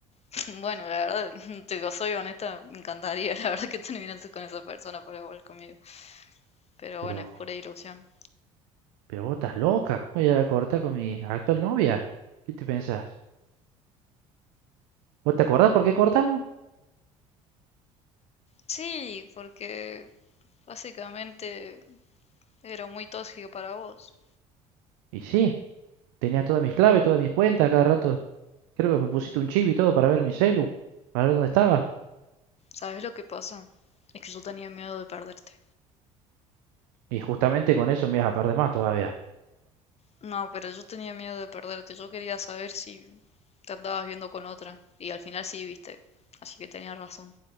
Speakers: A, on the left; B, on the right.
A: <laughs> bueno, la verdad, <laughs> te digo, soy honesta, me encantaría, <laughs> la verdad, que terminases con esa persona para volver conmigo. Pero
B: Pero,
A: bueno, es pura ilusión.
B: pero vos estás loca. ¿Cómo voy a cortar con mi actual novia? ¿Qué te pensás? ¿Vos te acordás por qué cortamos?
A: Sí, porque básicamente era muy tóxico para vos.
B: Y sí, tenías todas mis claves, todas mis cuentas, cada rato. Creo que me pusiste un chip y todo para ver mi celu, para ver dónde estaba.
A: ¿Sabes lo que pasa? Es que yo tenía miedo de perderte.
B: Y justamente con eso me ibas a perder más todavía.
A: No, pero yo tenía miedo de perderte. Yo quería saber si te andabas viendo con otra. Y al final sí, viste. Así que tenía razón.